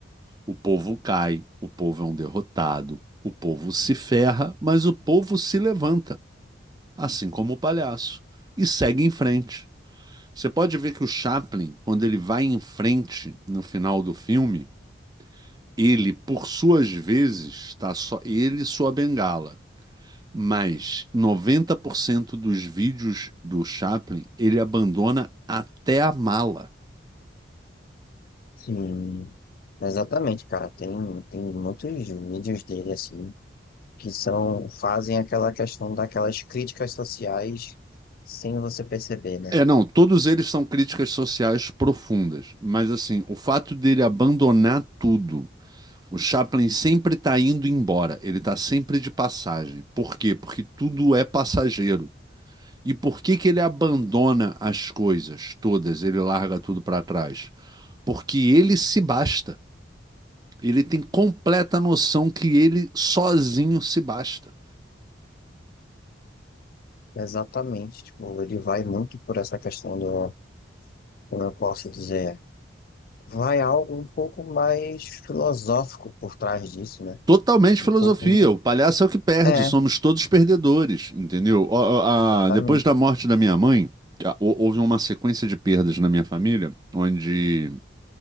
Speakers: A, on the right; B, on the left.
A: O povo cai, o povo é um derrotado, o povo se ferra, mas o povo se levanta, assim como o palhaço, e segue em frente. Você pode ver que o Chaplin, quando ele vai em frente no final do filme, ele, por suas vezes, está só ele e sua bengala. Mas 90% dos vídeos do Chaplin, ele abandona até a mala.
B: Sim, exatamente, cara. Tem, tem muitos vídeos dele, assim, que são, fazem aquela questão daquelas críticas sociais sem você perceber, né?
A: É, não, todos eles são críticas sociais profundas, mas assim, o fato dele abandonar tudo, o Chaplin sempre está indo embora, ele está sempre de passagem. Por quê? Porque tudo é passageiro. E por que que ele abandona as coisas todas? Ele larga tudo para trás? Porque ele se basta. Ele tem completa noção que ele sozinho se basta.
B: Exatamente, tipo, ele vai muito por essa questão do, como eu posso dizer, vai algo um pouco mais filosófico por trás disso, né?
A: Totalmente
B: Um
A: filosofia.
B: pouco mais...
A: O palhaço é o que perde.
B: É,
A: Somos todos perdedores, entendeu? A- a-
B: exatamente.
A: a- depois da morte da minha mãe, houve uma sequência de perdas na minha família, onde,